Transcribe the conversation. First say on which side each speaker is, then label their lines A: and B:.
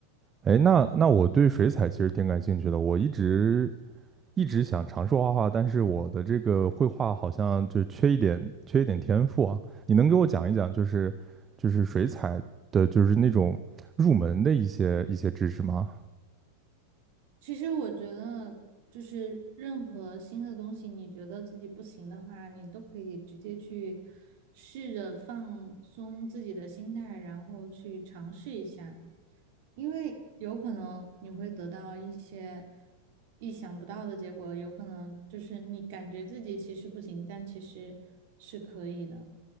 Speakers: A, on the right; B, on the right.
A: 哎，那那我对水彩其实挺感兴趣的，我一直一直想尝试画画，但是我的这个绘画好像就缺一点缺一点天赋啊。你能给我讲一讲，就是就是水彩的，就是那种入门的一些一些知识吗？
B: 其实我觉得，就是任何新的东西，你觉得自己不行的话，你都可以直接去试着放松自己的心态，然后去尝试一下，因为有可能你会得到一些意想不到的结果，有可能就是你感觉自己其实不行，但其实是可以的。